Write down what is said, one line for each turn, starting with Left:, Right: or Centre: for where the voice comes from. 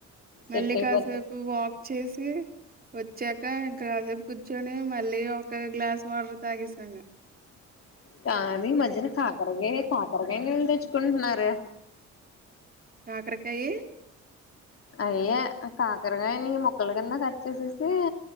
Right: మళ్ళీ
Left: సెట్
Right: కాసేపు
Left: అయిపోద్ది
Right: వాక్ చేసి వచ్చాక ఇంకా కాసేపు కూర్చొని మళ్ళీ ఒక గ్లాస్ వాటర్ తాగేసాను.
Left: కానీ ఈ మధ్యన నకాకరకాయ్ కాకరకాయ్ నిళ్ తెచ్చుకుంటున్నారు.
Right: కాకరకాయే
Left: అవియే కాకరగకాయని ముక్కల కింద కట్ చేేసేసి